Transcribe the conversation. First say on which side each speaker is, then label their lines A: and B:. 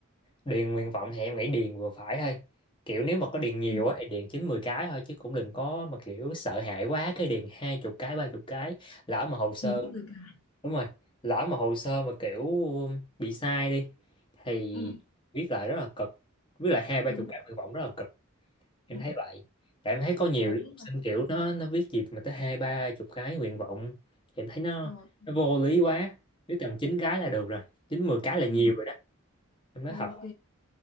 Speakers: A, on the left; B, on the left.
A: điền nguyện vọng thì em nghĩ điền vừa phải thôi kiểu nếu mà có điền nhiều
B: Ừ.
A: á thì điền chín mười cái thôi chứ cũng đừng có mà kiểu sợ hãi quá cái điền hai chục cái ba chục cái lỡ mà hồ sơ
B: kiếm người cài
A: đúng rồi lỡ mà hồ sơ mà kiểu bị sai đi thì
B: Ừ,
A: viết lại rất là cực viết lại hai ba
B: đúng.
A: chục cái nguyện vọng rất là cực em
B: Ừ.
A: thấy vậy tại em thấy có nhiều
B: Ồ,
A: đứa
B: biết
A: học sinh
B: là
A: kiểu nó nó viết gì mà tới hai ba chục cái nguyện vọng thì em thấy nó
B: rồi.
A: nó vô lý quá biết tầm chín cái là được rồi chín mười cái là nhiều
B: Ừ,
A: rồi đó em nói
B: ok.
A: thật